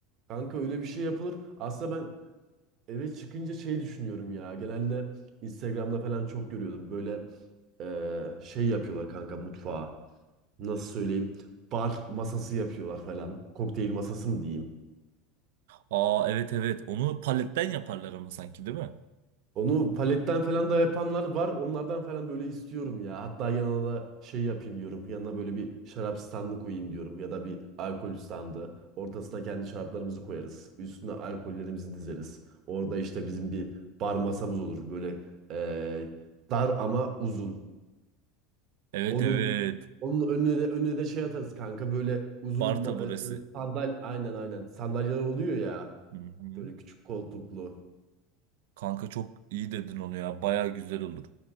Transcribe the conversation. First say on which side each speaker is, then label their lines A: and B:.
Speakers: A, on the right; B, on the right.
A: Kanka öyle bir şey yapılır. Aslında ben Eve çıkınca şey düşünüyorum ya. Genelde Instagram'da falan çok görüyordum. Böyle eee, şey yapıyorlar kanka mutfağa. Nasıl söyleyeyim? Bar masası yapıyorlar falan. Kokteyl masası mı diyeyim?
B: Aa evet evet. Onu paletten yaparlar ama sanki değil mi?
A: Onu paletten falan da yapanlar var. Onlardan falan böyle istiyorum ya. Hatta yanına da şey yapayım diyorum. Yanına böyle bir şarap standı koyayım diyorum. Ya da bir alkol standı. Ortasına kendi şaraplarımızı koyarız. Üstüne alkollerimizi dizeriz. Orada işte bizim bir bar masamız olur. Böyle eee, dar ama uzun.
B: Evet
A: Onun
B: evet.
A: onun önüne de, önüne de şey atarız kanka böyle uzun
B: Bar
A: ma-
B: taburesi.
A: e, sandal aynen aynen sandalyeler oluyor ya
B: Hı hı.
A: böyle küçük koltuklu.
B: Kanka çok iyi dedin onu ya. Baya güzel olur.